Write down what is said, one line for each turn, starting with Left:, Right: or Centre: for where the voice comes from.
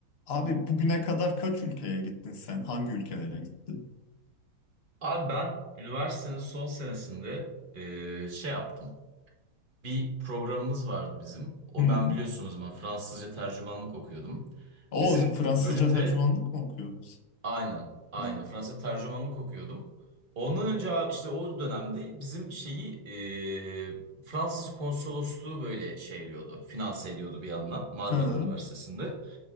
Left: Abi bugüne kadar kaç ülkeye gittin sen? Hangi ülkelere gittin?
Right: Abi ben üniversitenin son senesinde eee, şey yaptım. Bir programımız vardı bizim. O
Left: Hı.
Right: ben biliyorsunuz ben Fransızca tercümanlık okuyordum.
Left: O
Right: Bizim
Left: Fransızca
Right: bölümde
Left: tercümanlık mı okuyordun sen?
Right: aynen aynen
Left: Hı.
Right: Fransızca tercümanlık okuyordum. Ondan önce abi işte o dönemde bizim şeyi eee, Fransız konsolosluğu böyle şeyliyordu. Finanse ediyordu bir yandan Marmara
Left: Hı.
Right: Üniversitesi'nde.